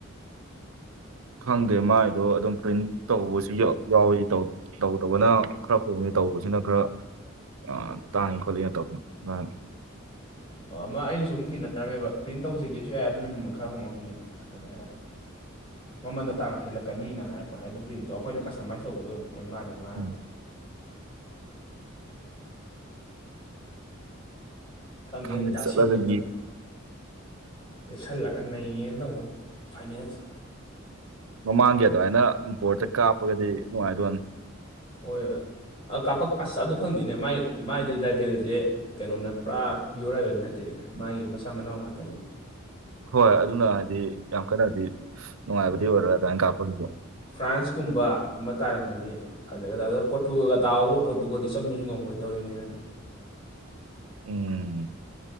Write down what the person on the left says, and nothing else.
ꯑꯣ ꯑꯃ ꯑꯩꯅꯁꯨ ꯑꯝ ꯊꯦꯡꯅꯔꯝꯃꯦꯕ ꯄ꯭ꯔꯤꯟ ꯇꯧꯖꯒꯦꯁꯨ ꯌꯥꯏ ꯑꯗꯨꯅ ꯃꯃꯜ ꯈꯔ ꯍꯣꯡꯉꯛꯅꯤꯅ ꯑꯗꯨꯃꯥꯏꯅ ꯍꯥꯏꯕ ꯃꯃꯜꯗꯣ ꯇꯥꯡ ꯍꯦꯜꯂꯛꯀꯅꯤꯅ ꯍꯥꯏꯔꯛꯄ ꯍꯥꯏꯗꯤ ꯄ꯭ꯔꯤꯟꯇꯣ ꯑꯩꯈꯣꯏꯅ ꯀꯁꯇꯃꯥꯏꯁ ꯇꯧꯕꯗꯣ ꯑꯣꯏ ꯃꯥꯜꯂꯦ ꯃꯥ ꯍꯥꯏꯗꯣ
ꯈꯪꯗꯦꯅ
ꯗꯥꯁꯤꯒꯤ
ꯑꯝꯇꯪ
ꯂꯩꯁꯜꯂꯒ ꯅꯩꯒ‌ꯦꯅ ꯇꯧꯕꯟ ꯐꯥꯏꯅ‌ꯦꯜꯁ‌ꯦ
ꯑꯋ‌ꯣꯏꯕ ꯑꯥ ꯀꯥꯄꯛ ꯑꯁ ꯑꯗꯨ ꯈꯪꯗ‌ꯦꯅꯦ ꯃꯥꯏ ꯃꯥꯥꯏꯗꯤ ꯔꯥꯏꯕꯦꯜꯖ‌ꯦ ꯀꯩꯅꯣꯅ‌ꯦ ꯄꯨꯔꯥ ꯄꯤꯌꯣꯔ ꯔꯥꯏꯕꯦꯜ ꯅꯠꯇꯦꯅꯦ ꯃꯥꯒꯤ ꯃꯆꯥ ꯃꯅꯥꯎ ꯉꯥꯛꯇꯅꯤ
ꯍꯣꯏ
ꯐ꯭ꯔꯥꯟꯁꯀꯨꯝꯕ ꯑꯃ ꯇꯥꯔꯝꯃꯗꯤ ꯐꯖꯒꯗꯕ ꯑꯗꯨ ꯄꯣꯔꯇꯨꯒ‌ꯣꯜꯒ ꯇꯥꯎꯑꯣꯕ ꯄꯣꯔꯇꯨꯒꯜꯗꯤ ꯆꯪꯕꯁꯨ ꯉꯝꯃꯣꯏ ꯇꯧꯔꯤꯅꯦꯅ